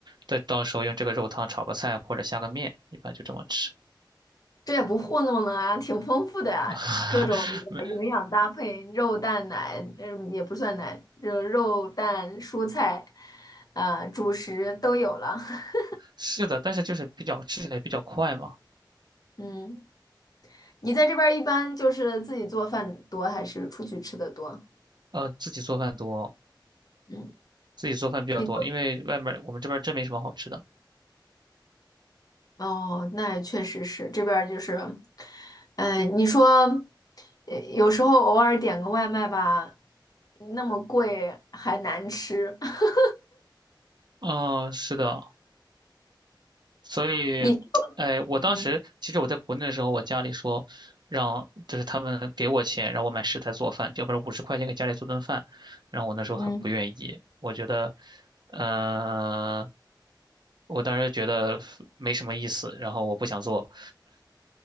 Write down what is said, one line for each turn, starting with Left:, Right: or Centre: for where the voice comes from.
Right: 再到时候用这个肉汤炒个菜或者下个面，一般就这么吃。
Left: 这也不糊弄了啊，挺丰富的呀，
Right: <laughs>
Left: 各种的营养搭配，
Right: 没
Left: 肉蛋奶，嗯，也不算奶，就肉蛋蔬菜，呃，主食都有了。<laughs>
Right: 是的，但是就是比较吃起来比较快嘛。
Left: 嗯，你在这边儿一般就是自己做饭多，还是出去吃的多？
Right: 呃，自己做饭多，
Left: 嗯，
Right: 自己做饭比较多，
Left: 你。
Right: 因为外面儿我们这边儿真没什么好吃的。
Left: 哦，那也确实是这边儿就是，嗯、你说，呃有时候偶尔点个外卖吧，那么贵还难吃。<laughs>
Right: 嗯，是的，所以，
Left: 你
Right: 哎，我当时其实我在国内的时候，
Left: 嗯
Right: 我家里说让就是他们给我钱让我买食材做饭，要不然五十块钱给家里做顿饭，然后我那时候很不愿意，
Left: 嗯，
Right: 我觉得，呃，我当时觉得没什么意思，然后我不想做，